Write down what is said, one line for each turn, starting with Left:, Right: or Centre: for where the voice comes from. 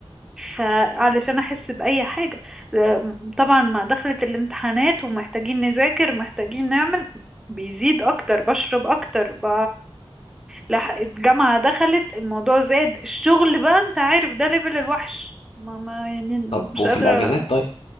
Centre: فعلشان احس بأي حاجة آه، طبعا مع دخلة الامتحانات ومحتاجين نذاكر محتاجين نعمل بيزيد اكتر بشرب اكتر ب... لح... الجامعة دخلت الموضوع زاد الشغل بقى انت عارف ده ليفل الوحش ما ما يعني
Left: طب
Centre: مش
Left: وفي
Centre: قادرة
Left: الاجازات طيب